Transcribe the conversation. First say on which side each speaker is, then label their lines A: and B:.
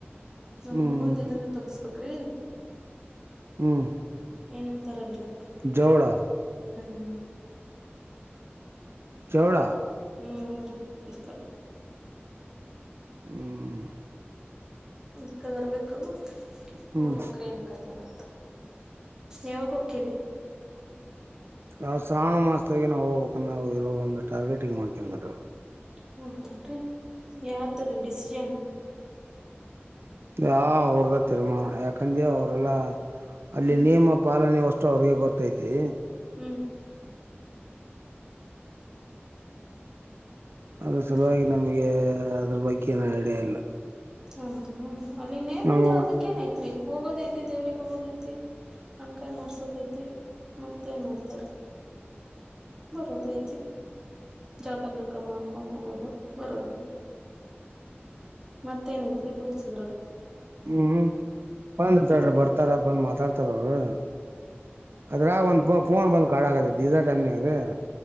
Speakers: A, on the right; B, on the right.
A: ನಾಮ್ಮ
B: ಹ್ಮ್
A: ಹುಡ್ಗಂದು ಇದಂದು ತಗಸ್ ಬೇಕ್ರೀ
B: ಹ್ಮ್
A: ಏನ ಅಂತರಲ್ರ ಅದು
B: ಜೋಳಾ
A: ಹ್ಮ
B: ಚೋಳ
A: ಹ್ಮ್ ಹೌದ್ರಿ ಅದಕ್ಕ
B: ಹ್ಮ್
A: ಅಕ್ಕ ಬರ್ಬೇಕು
B: ಹ್ಮ್
A: ನೋಡ್ ಹೊಕ್ರಿ ಏನಕತ್ತೇ ನಾನು ಯಾವಾಗ್ ಹೊಕ್ಕೇರಿ
B: ಆ ಶ್ರಾವಣ ಮಾಸದಾಗೆ ನಾವು ಹೋಗ್ಬೇಕ ನಾವು ಇರೋ ಒಂದು ಟಾರ್ಗೆಟಿಂಗ್ ಮಾಡ್ ಕ್ಯಾಂದರ್
A: ಹೌದೇನ್ರಿ ಯಾರ್ ತೋರಿ ಡಿಸಿಷನ್
B: ಯ ಅವ್ರದಾ ತಿರುಮ ಯಕಾಂದೆ ಅವರೆಲ್ಲಾ ಅಲ್ಲಿ
A: ಹ್ಮ್
B: ನಿಯಮ ಪಾಲನೆ ಅಷ್ಟು ಅವ್ರಿಗೆ ಗೊತ್ತೈತಿ
A: ಹ್ಮ್
B: ಅದು ಸಲುವಾಗಿ
A: ಹ
B: ನಮಗೆ ಅದ್ರ ಬಗ್ಗೆ ಏನುೂ ಐಡಿಯಾ ಇಲ್ಲ
A: ಹೌದು ಅಲ್ಲಿ ನೇಮ್
B: ನಾವು
A: ಅಂದ್ರೆ ಅದಕ್ಕ ಏನ ಐತ್ರಿ ಹೋಗೊ ದಾಯಿತ್ರಿ ಐತಿ ದೇವ್ರಿಗೆ ಹೋಗೋದೈತಿ ಅಣಕಾಯಿ ಮಾಡ್ಸೋದ್ ಐತಿ ಮತ್ತ ಏನ್ ಮಾಡ್ತಾರ ಬರೋದು ಐತಿ ಜಾಕ ಗಿಕ ಮಾಡ್ ಕೊಂಡ್ ಹೋಗೋದು ಬರೋದು ಮತ್ತೇನ್ ಐತ್ರಿ ರೂಲ್ಸ್ ಇದ್ರಾಗ
B: ಹ್ಮ್ ಬಂದ್ರ
A: ಹ್ಮ್
B: ಚಡ್ರ ಬರ್ತಾರ ಬಂದ್ ಮಾತ್ ರ್ತಾರ ಅವರು ಅದ್ರ ಒಂದ ಫೋನ್ ಬಂದ್ ಕಾಡ ಆಕತ್ತ ಇದ ಟೈಮ್ನಾಗ್ರೀ